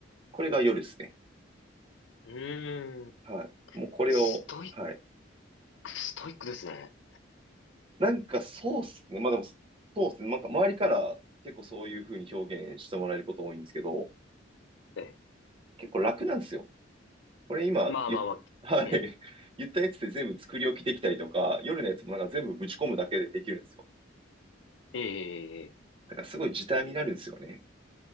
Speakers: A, on the right (about 30°); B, on the left (about 70°).
A: これが夜ですね。
B: うーん。
A: はい。もうこれを、
B: ストイッ
A: はい。
B: ク、ストイックですね。
A: なんかそうっすね。まあでも、そうっすね。なんか周りから結構そういう風に表現してもらえること多いんですけど、
B: ええ
A: 結構楽なんですよ。これ今言っ、
B: まあまあまあ、
A: はい。
B: ええ
A: <laughs> 言ったやつで全部作り置きできたりとか、夜のやつもなんか全部ぶち込むだけでできるんですよ。
B: ええええ
A: だからすごい時短になるんですよね。